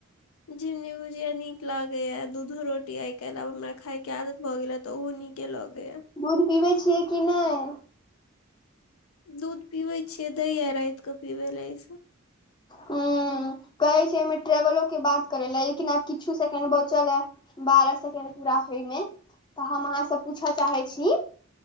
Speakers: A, on the left; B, on the left.
A: झिमनी भुझिया नीक लागेया, दूधो रोटी आई काल्हि आब हमरा खाय केँ आदत भए गेला तऽ उ नीकेँ लगेय य
B: दूध पीबै छियै कि नय
A: दूध पीबै छियै। दै य राइत कऽ पीबे लऽ ई सब
B: हुँ कहै छै एहिमे ट्रेवलो केँ बात करे लऽ लेकिन आब किछु सेकेंड बचल य बारह सेकेंड पूरा होयमे तऽ हम अहाँ से पूछय चाहै छी